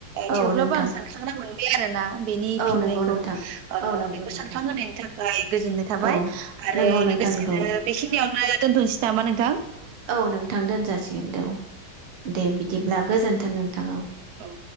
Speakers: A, on the right; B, on the right.
A: औ
B: थेवब्लाबो
A: नोंथां
B: आं सानखांनो मोन <inaudible> बेआरोना <unintelligible> बेनि
A: औ
B: फिननायखौ
A: नंगौ नोंथां
B: ओ
A: औ नंगौ
B: बेखौ
A: नोंथां
B: सानखांहोनायनि थाखाय गोजोननाय थाबाय
A: औ
B: आरो
A: नंगौ नोंथां
B: लोगोसेनो
A: नंगौ
B: बेखिनियावनो दोनथ'सै नामा नोंथां
A: औ नोंथां दोनजासिगोन औ दे बिदिब्ला गोजोन्थों नोंथां औ
B: औ।